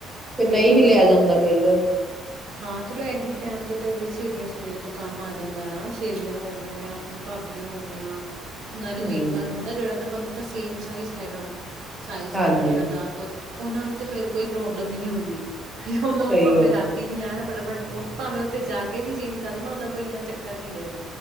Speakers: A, in the centre; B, on the right.
A: ਫਿਰ
B: ਬਿਲਕੁਲ
A: ਨਹੀਂ ਵੀ ਲਿਆ
B: ਬਿਲਕੁਲ
A: ਜਾਂਦਾ ਕਈ ਵਾਰ।
B: ਹਾਂ ਚਲੋ ਇਹੀ ਟੈਮ ਤੇ ਤੇਹੀ ਸੀੀਆਂ ਚਲੀਆਂ ਤੋਂ ਕੰਮ ਆ ਜਾਂਦਾ ਆ ਸੇਲੀਆਂ ਹੋ ਗ ਆ ਆਪਣੀ ਭਾਬੀਆਂ ਹੋ ਗਈਆਂ ਨਾਲੇ
A: ਹੂੰ
B: ਮੇਨ ਗੱਲ ਹੁੰਦਾ ਜਿਹੜਾ ਤਾਂ ਬੰਦੇ ਤਾਂ ਸੇਮ ਸਾਈਜ਼ ਹੈਗਾ ਸਾਈਜ਼
A: ਹਾਂਜੀ
B: ਕੱਪੜਿਆਂ ਦਾ ਕੁਝ ਉਹਨਾਂ ਨੂੰ ਫਿਰ ਕੋਈ ਪ੍ਰੋਬਲਮ ਲ ਹੀ ਨਹੀਂ ਹੁੰਦੀ ਵੀ ਉਹ ਨਾ
A: ਸਹੀ
B: ਉਹ ਭਾਵੇਂ
A: ਗੱਲ
B: ਰਾਤੀ ਵੀ ਲੈਣ ਫਟਾਫਟ ਭਾਵੇਂ ਉੱਥੇ ਜਾ ਕੇ ਵੀ ਚੇਂਜ ਕਰਨਾਉਦਾ ਕੋਈਨਾ ਚੱਕਰ ਨ ਨਹੀਂ ਰਹੇਗਾ